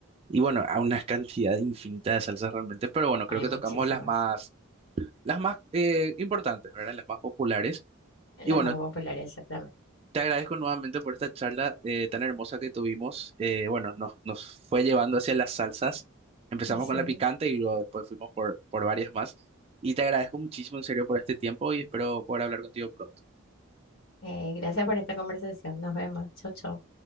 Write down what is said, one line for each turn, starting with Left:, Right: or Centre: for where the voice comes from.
Right: Y bueno, a una cantidad infinita de salsas realmente, pero bueno, creo
Left: Hay
Right: que
Left: muchísimas.
Right: tocamos las más, las más eh, importantes, ¿verdad? Las más populares.
Left: Las
Right: Y bueno,
Left: más populares, exactamente.
Right: Te agradezco nuevamente por esta charla eh, tan hermosa que tuvimos. Eh, bueno, nos, nos fue llevando hacia las salsas. Empezamos
Left: Sí.
Right: con la picante y luego después fuimos por, por varias más. Y te agradezco muchísimo, en serio, por este tiempo y espero poder hablar contigo pronto.
Left: Eh, gracias por esta conversación. Nos vemos. Chau, chau.